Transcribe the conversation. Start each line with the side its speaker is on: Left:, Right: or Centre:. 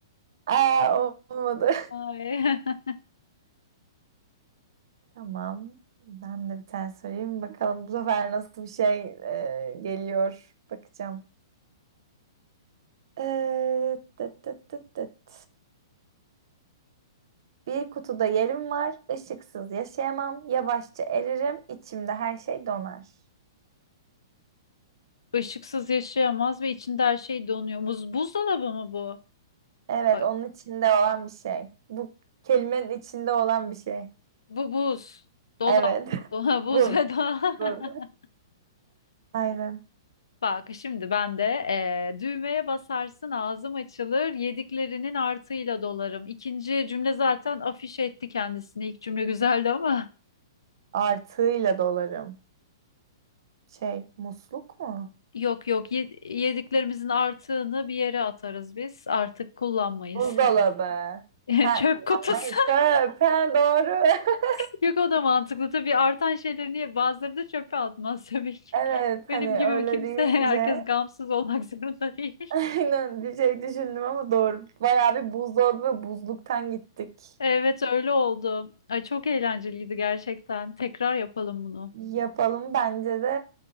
Right: Aa, olmadı.
Left: Ay. <laughs>
Right: <laughs> Tamam. Ben de bir tane sorayım. Bakalım bu sefer nasıl bir şey e, geliyor. Bakacağım. Ee, tıt tıt tıt tıt. Bir kutuda yerim var. Işıksız yaşayamam. Yavaşça eririm. içimde her şey donar.
Left: Işıksız yaşayamaz ve içinde her şey donuyor. Buz, buzdolabı mı bu?
Right: Evet,
Left: Ay,
Right: onun içinde olan bir şey. Bu kelimenin içinde olan bir şey.
Left: bu buz. Dolap.
Right: Evet.
Left: Dolap,
Right: <laughs>
Left: buz
Right: Buz.
Left: ve dolap.
Right: Buz.
Left: <laughs>
Right: Aynen.
Left: Bak şimdi ben de eee, düğmeye basarsın ağzım açılır yediklerinin artıyla dolarım. İkinci cümle zaten afiş etti kendisini. İlk cümle güzeldi ama.
Right: Artığıyla dolarım. Şey, musluk mu?
Left: <laughs> Yok yok ye- yediklerimizin artığını bir yere atarız biz. Artık kullanmayız.
Right: Buzdolabı.
Left: <laughs>
Right: Ha,
Left: Çöp
Right: kullanmayı.
Left: kutusu.
Right: Çöp. Ha, doğru. <laughs>
Left: <laughs> Yok o da mantıklı. Tabii artan şeyleri niye bazıları da çöpe atmaz tabii ki.
Right: Evet,
Left: Benim
Right: hani
Left: gibi
Right: öyle
Left: kimse
Right: deyince
Left: <laughs> herkes gamsız olmak zorunda değil.
Right: <laughs> aynen bir şey düşündüm ama doğru. Bayağı bir buzdolabı ve buzluktan gittik.
Left: Evet öyle oldu. Ay çok eğlenceliydi gerçekten. Tekrar yapalım bunu.
Right: Yapalım bence de